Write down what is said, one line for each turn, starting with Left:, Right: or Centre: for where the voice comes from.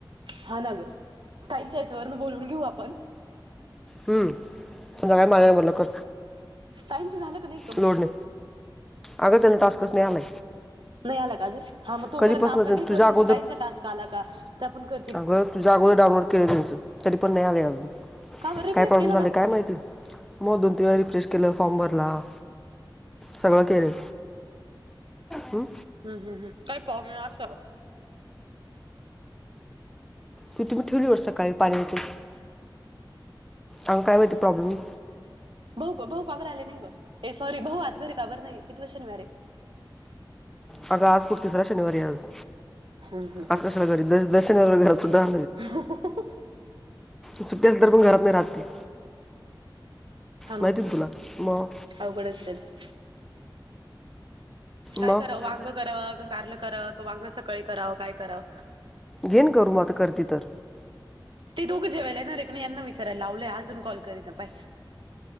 Right: हा ना ग काहीच याच्यावरून बोलून घेऊ आपण
Centre: हम्म संध्याकाळी माझ्या मोबाईला कर
Right: ताई न च झालं कनेक्ट
Centre: लोडणे अग त्यांना टासस्कस नाही आला
Right: नाही आला का अजून हा मग तोपर्यंत
Centre: कधीपासून
Right: आपल्या
Centre: त्यांचं
Right: घ
Centre: तुझ्या
Right: करून
Centre: अगोदर
Right: म ताईंचा टास्क आला का आपण कर
Centre: अगं तुझ्या अगोदर डाउनलोड केले त्यांच तरी पण नाही आले अजून
Right: का बर रिफ्रेश
Centre: काय प्रॉब्लेम
Right: केलं
Centre: झाले
Right: का
Centre: काय माहिती मग दोन तीन वेळा रिफ्रेश केलं फॉर्म भरला सगळं केले हम
Right: हम् हम्म काही प्रॉब्लेम असेल
Centre: की तुम्हीेवलीवर सकाळी <unintelligible> आंग कायते प्रॉब्म
Right: भाऊ भाऊ काबवर आले नाही ग ए सॉरी भाऊ आज घरी काबर नाही किवा शनिवारे
Centre: ह अग आज कुठतीसरा शनिवारी आज
Right: हम्म हम्म
Centre: आज कशाला घरीर शनिवारी घरात सुद्ा
Right: ह
Centre: सुट्टी असल्या तर पण घरात नाही राहतते
Right: हा ना
Centre: माहिती म तुला मग
Right: अवघडच काय
Centre: मग
Right: करावं वांग करावं कारल कराव वांग सकाळी करावं काय करावं
Centre: घेन करू म आता करती तर
Right: ती दोघ जेवायलाय ना रेखना यांना विचारायला लावलंय अजून कॉल करी ना पाय